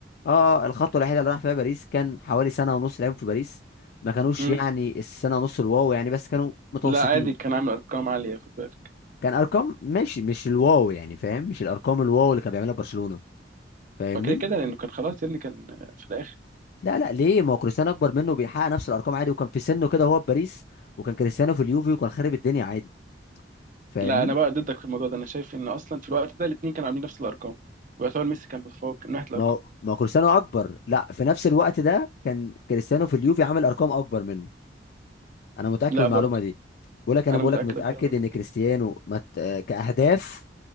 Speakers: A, on the left; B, on the right.
A: اه الخطوه الوحيده اللي راح فيها باريس كان حوالي سنه ونص لعب في باريس ما كانوش
B: مم.
A: يعني السنه ونص الواو يعني بس كانوا متوسطين
B: لا عادي كان عامل ارقام عاليه خد بالك
A: كان ارقام ماشي مش الواو يعني فاهم مش الارقام الواو اللي كان بيعملها برشلونه فاهمني
B: وكده كده لانه كان خلاص يا ابني كان في الاخر
A: لا لا ليه ما هو كريستيانو اكبر منه وبيحقق نفس الارقام عادي وكان في سنه كده وهو في باريس وكان كريستيانو في اليوفي وكان خارب الدنيا عادي فاهمني
B: لا انا بقى ضدك في الموضوع ده انا شايف ان اصلا في الوقت ده الاثنين كانوا عاملين نفس الارقام ويعتبر ميسي كان متفوق من ناحيه الارقام
A: ما هو ما هو كريستيانو اكبر لا في نفس الوقت ده كان كريستيانو في اليوفي عامل ارقام اكبر منه انا متاكد
B: لا
A: من المعلومه
B: برضه
A: دي بقول لك انا
B: انا
A: بقول
B: متاكد
A: لك متاكد
B: اكتر منه
A: ان كريستيانو مت... آه، كاهداف